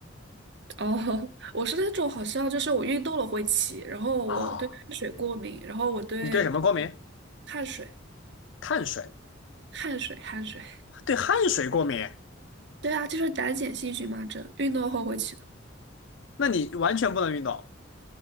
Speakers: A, on the right (about 65°); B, on the left (about 70°).
A: 哦，<laughs> 我是那种好像就是我运动了会起，然后我对汗水过敏，
B: 啊。
A: 然后我对
B: 你对什么过敏？
A: 汗水
B: 碳水，
A: 汗水汗水，
B: 对汗水过敏，
A: 对啊，就是胆碱性荨麻疹，运动后会起。的。
B: 那你完全不能运动，